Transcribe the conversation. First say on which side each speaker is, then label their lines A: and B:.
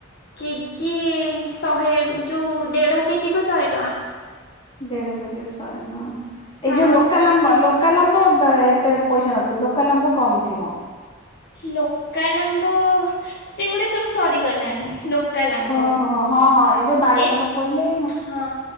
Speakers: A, on the left; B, on the left.
A: କେଜି ଶହେ ଯୋଉ ଦେଢ କେଜି କୁ ଶହେ ଟଙ୍କା।
B: ଦେଢ କେଜିକୁ ସହେ ହଁ ଏଇ
A: ହଁ
B: ଯୋଉ ଲୋକାଲ ଆମ୍ବ ଲୋ କାଲ ଆମ୍ବ ଦେ ଏତେ ପଇସା ନଥିବ ଲୋକାଲ ଆମ୍ବ କମ ଥିବ।
A: ଲୋକାଲ ଆମ୍ବ ସେଗୁଡା ସବୁ ସରିଗଲାଣି ଲୋ କାଲ ଆମ୍ବ
B: ଓହୋ ହଁ ହଁ ଏବେ ବାଇଗଣ
A: ଏ
B: ପଲ୍ଲି
A: ହଁ